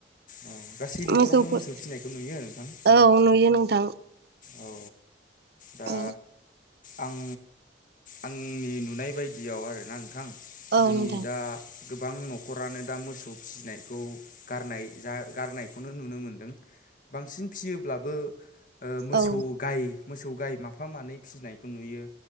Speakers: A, on the left (about 50°); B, on the right (about 60°).
A: अ गासै न'खरावनो
B: मोसौफोर
A: मोसौ फिसिनायखौ नुयो नोंथां।
B: औ नुयो नोंथां
A: औ दा।
B: औ
A: आं आंनि नुनाय बायदियाव आरोना आं।
B: औ
A: जोंनि
B: नोंथां
A: दा। गोबां न'खरानो दा मोसौ फिसिनायखौ गारनाय जा गारनायखौनो नुनो मोनदों। बांसिन फियोब्लाबो। मोसौ
B: औ
A: गाय मोसौ गाय माफा मानै फिसिनायखौ नुयो।